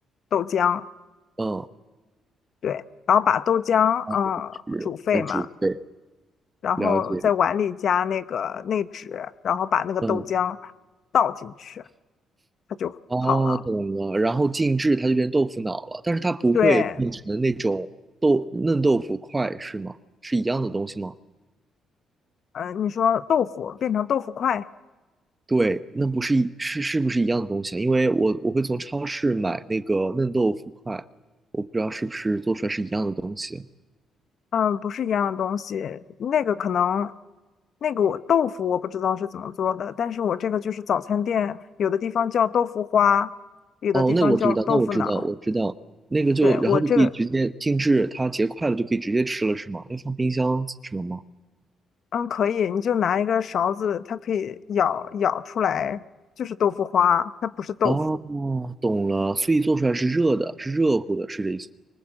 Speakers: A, on the left; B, on the right.
A: 豆浆，
B: 嗯，
A: 对，然后把豆浆嗯煮沸嘛。
B: 然后是再煮沸，
A: 然后在碗里加那个内酯，
B: 了解。
A: 然后把那个豆浆
B: 嗯，
A: 倒进去，它就好了。
B: 哦，懂了。然后静置它就变豆腐脑了，但是它不会变成那种豆嫩豆腐块是吗？
A: 对，
B: 是一样的东西吗？
A: 嗯、你说豆腐变成豆腐块，
B: 对，那不是一是是不是一样的东西啊？因为我我会从超市买那个嫩豆腐块，我不知道是不是做出来是一样的东西。
A: 嗯、不是一样的东西。那个可能，那个我豆腐我不知道是怎么做的，但是我这个就是早餐店有的地方叫豆腐花，有的地方叫豆腐脑。
B: 哦，那个我知道，那我知道，我知道，那个就然后就可以直接静置，
A: 对，我这个，
B: 它结块了就可以直接吃了，是吗？要放冰箱什么吗？
A: 嗯，可以，你就拿一个勺子，它可以舀舀出来，就是豆腐花，它不是豆腐。
B: 哦，懂了，所以做出来是热的，是热乎的，是这意思